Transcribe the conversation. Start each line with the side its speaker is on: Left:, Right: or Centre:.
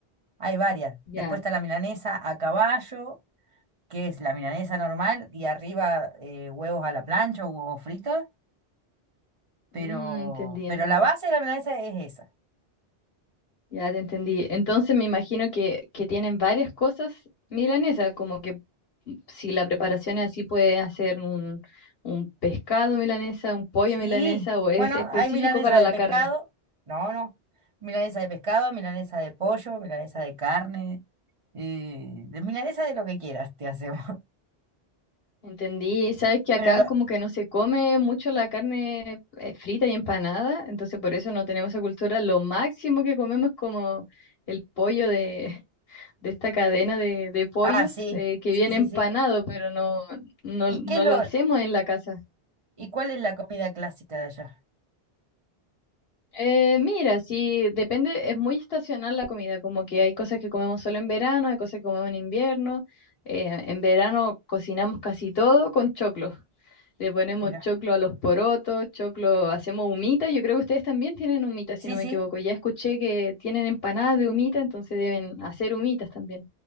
Right: Hay varias.
Left: Ya,
Right: Después está la milanesa a caballo que es la milanesa normal y arriba eh, huevos a la plancha o huevos fritos, pero,
Left: Mm, entendí,
Right: pero
Left: entendí.
Right: la base de la milanesa es esa.
Left: Ya te entendí. Entonces me imagino que, que tienen varias cosas milanesas, como que mm, si la preparación es así, puede hacer un, un pescado milanesa, un pollo
Right: Sí,
Left: milanesa, o
Right: bueno,
Left: es específico
Right: hay milanesa
Left: para
Right: de
Left: la
Right: pescado,
Left: carne.
Right: no, no, milanesa de pescado, milanesa de pollo, milanesa de carne, eh, de milanesa de lo que quieras te hacemos. <laughs>
Left: Entendí. Sabes que acá
Right: Pero lo...
Left: como que no se come mucho la carne eh, frita y empanada, entonces por eso no tenemos esa cultura. Lo máximo que comemos es como el pollo de, <laughs> de esta cadena de, de pollos
Right: Ah, sí,
Left: eh, que
Right: sí,
Left: viene
Right: sí,
Left: empanado,
Right: sí.
Left: pero no, no,
Right: ¿Y
Left: no
Right: qué es lo...
Left: lo hacemos en la casa.
Right: ¿Y cuál es la comida clásica de allá?
Left: Eh, mira, sí, depende, es muy estacional la comida, como que hay cosas que comemos solo en verano, hay cosas que comemos en invierno. Eh, en verano cocinamos casi todo con choclo. Le ponemos
Right: Mira,
Left: choclo a los porotos, choclo, hacemos humita. Yo creo que ustedes también tienen humita, si
Right: sí,
Left: no me
Right: sí,
Left: equivoco. Ya escuché que tienen empanadas de humita, entonces deben hacer humitas también.